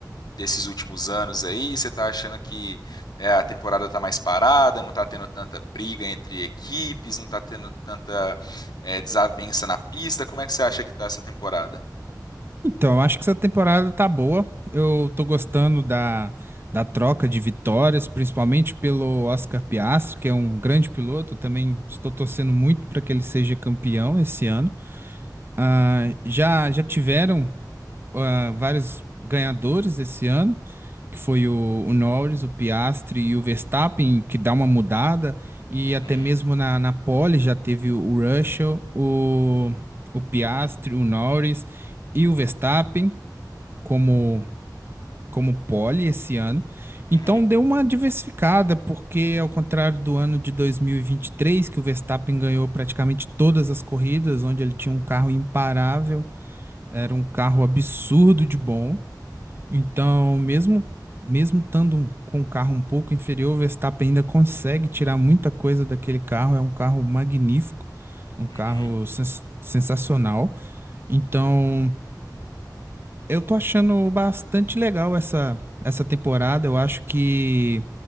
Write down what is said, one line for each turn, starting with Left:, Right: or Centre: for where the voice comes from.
Left: desses últimos anos aí? Você tá achando que é, a temporada tá mais parada, não tá tendo tanta briga entre equipes, não tá tendo tanta é, desavença na pista? Como é que você acha que tá essa temporada?
Right: Então, eu acho que essa temporada tá boa. Eu tô gostando da, da troca de vitórias, principalmente pelo Oscar Piastri, que é um grande piloto. Eu Também estou torcendo muito para que ele seja campeão esse ano. Ah, já, já tiveram, ah, vários ganhadores esse ano, que foi o, o Norris, o Piastri e o Verstappen, que dá uma mudada. E
Left: Uhum,
Right: até mesmo na, na pole já teve o, o Russell, o, o Piastri, o Norris e o Verstappen como como pole esse ano.
Left: uhum,
Right: Então deu uma diversificada, porque ao contrário do ano de dois mil e e vinte e três que o Verstappen ganhou praticamente todas as corridas, onde ele tinha um carro imparável, era um carro absurdo de bom. Então, mesmo mesmo estando com um carro um pouco inferior, o Verstappen ainda consegue tirar muita coisa daquele carro, é um carro magnífico, um
Left: uhum.
Right: carro sens- sensacional. Então, Eu tô achando bastante legal essa, essa temporada. Eu acho que